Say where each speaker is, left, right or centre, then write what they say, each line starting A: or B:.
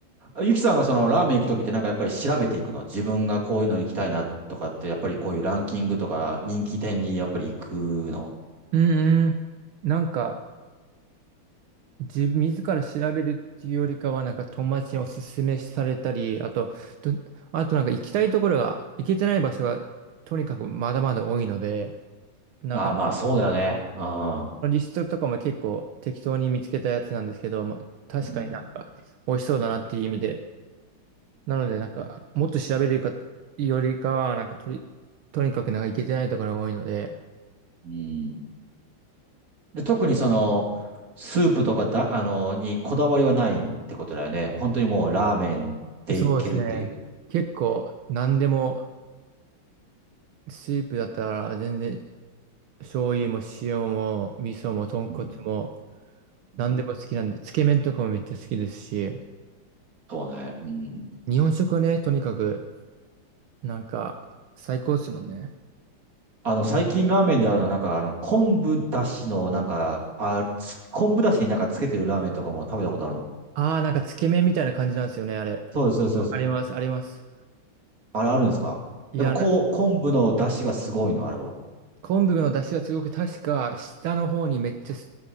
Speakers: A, on the right; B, on the right.
A: ゆきさんがそのラーメン行くときってなんかやっぱり調べていくの自分がこういうの行きたいなとかってやっぱりこういうランキングとか人気店にやっぱり行くの。
B: うんうん。なんか、自分、自ら調べるっていうよりかは、なんか友達におすすめされたり、あと、と、あとなんか行きたいところが、行けてない場所が、とにかくまだまだ多いので、なんか、
A: ああ、まあそうだよね。ああ。
B: リストとかも結構適当に見つけたやつなんですけど、まあ、確かになんか、
A: うん。
B: 美味しそうだなっていう意味で、なのでなんか、もっと調べるか、よりかは、なんかとり、とにかくなんか行けてないところが多いので、
A: うん。で、特にその、スープとかだ、あの、にこだわりはないってことだよね。本当にもうラーメンでいけるっていう。
B: そうですね。結構、何でも、スープだったら全然醤油も塩も味噌も豚骨も
A: うん。うん
B: 何でも好きなんで、つけ麺とかもめっちゃ好きですし、
A: そうね。うん。
B: 日本食はね、とにかく、なんか、最高ですもんね。
A: あの、最近ラーメンであるの、なんか、あの、昆布だしの、なんか、あ、つ昆布だしになんかつけてるラーメンとかも食べたことあるの。
B: ああ、なんかつけ麺みたいな感じなんですよね、あれ。
A: そうです、そうです、そうです。
B: わかります、あります。
A: あれあるんですかやっぱこう、
B: いや、なんか
A: 昆布のだしがすごいの、あれは。
B: 昆布の出汁がすごく確か下の方にめっちゃ